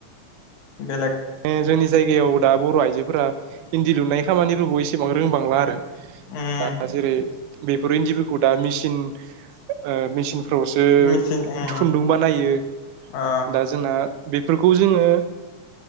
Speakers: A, on the left; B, on the right.
A: बेलेग
B: ए जोंनि जायगायाव दा बर' आइजोफोरा इन्दि लुनायनि खामानिफोरखौ एसेबां रोंबां नुआ आरो।
A: उम
B: दा जेरै बेफोर इन्दिफोरखौ दा मिसिन ओ मिसिन फोरावसो
A: मेचिन उम
B: खुन्दुं बानायो
A: ओ
B: दा जोंना बेफोरखौ जोङो